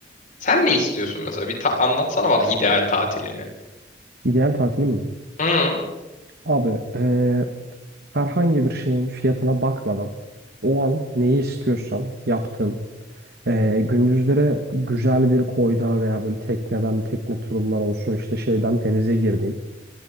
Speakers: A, on the left; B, on the right.
A: Sen ne istiyorsun mesela? Bir ta- anlatsana bana ideal tatilini.
B: İdeal tatilim mi?
A: Hı.
B: Abi eee, herhangi bir şeyin fiyatına bakmadan o an neyi istiyorsam yaptığım Ee, gündüzlere güzel bir koyda veya böyle tekneden, tekne turundan olsun işte şeyden denize girdiğim.